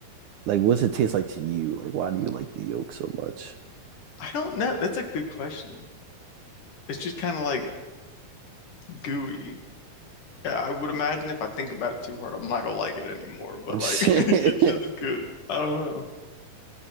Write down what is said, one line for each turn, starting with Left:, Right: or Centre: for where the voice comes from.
Right: like what's it taste like to you? Like, why do you like the yolk so much?
Left: I don't know. That's a good question. it's just kind of like gooey. Yeah, I would imagine if I think about it too hard, I'm not gonna like it anymore.
Right: <laughs>
Left: But
Right: Hold
Left: like, <laughs> it's just good. I don't know.